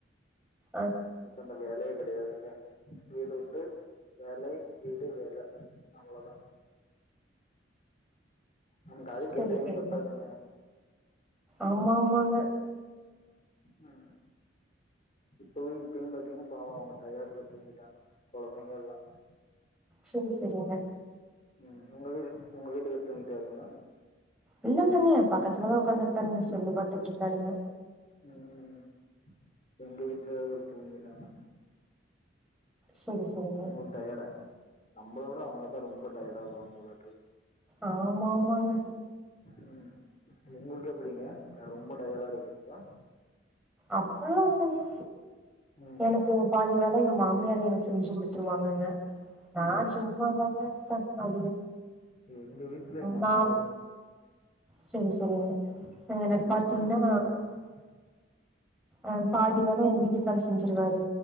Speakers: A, in the centre; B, on the left (about 40°).
A: ஆ
B: நமக்கு அந்த வேலையே கெடையாதுங்க வீடு உண்டு வெலை இது வெல அவ்ளோதா நமக்கு அதுக்கே
A: சரி
B: டைம்
A: சரிங்க
B: பத்தாதுங்க
A: ஆமா ஆமாங்க
B: ம் இப்பவே இப்பயு பாத்தீங்கன்னா பாவோ அவங்க டயர்டல தூங்கிட்டாங்க கொழந்தைங்க எல்லா
A: சரி சரிங்க
B: ம் உங்க வீடு உங்கள் வீட்டுக்கார் தூங்கிட்டாருங்களா
A: இல்லலங்கங்க பக்கத்துலதா உக்காந்து இருக்காருங்க செல்லு பாத்துட்டு இருக்காருங்க
B: அ அ எங்க வீட்ல தூங்கதாங்க
A: செரி செரிங்க
B: அவங்களுக்கு டயர்டா நம்மளோட அவங்கதா ரொம்ப டயர்ட ஆவாங்க போலட்ருக்கு
A: ஆமா ஆமாங்க
B: ம் ஒங்களுக்கு எப்டிங்க ரொம்ப டயர்டா இருக்குங்ளா
A: அப்பள்ளா ஒன்னு இல்ல
B: ம்
A: எனக்கு பாதி வேல எங்க மாமியாரு எனக்கு செஞ்சு குடுத்துருவாங்கங்க நா
B: ம்
A: சும்மாதாங்க
B: ஆமாம்
A: இருப்ப
B: எங்கள் வீட்டில் எங்கள்
A: ம
B: அம்மாவும்
A: ஆ
B: இருக்கு
A: சேரி சேரிங்க எனக்கு
B: எங்கள்
A: பாத்தீங்கன்னா
B: அம்மா எங்கள் அப்பா இருக்காங்க
A: அ பாதி வேல எங் வீட்டுகார் செஞ்சிருவாரு